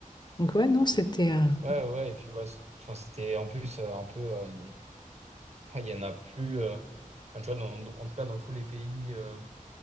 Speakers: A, on the left; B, on the right.
A: Donc ouais, non, c'était un-
B: Ouais, ouais, et puis bah, c'est- enfin, c'était en plus euh, un peu. euh, <laughs> Il y en a plus. euh, enfin, tu vois, dans- dans- en tout cas, dans tous les pays. euh,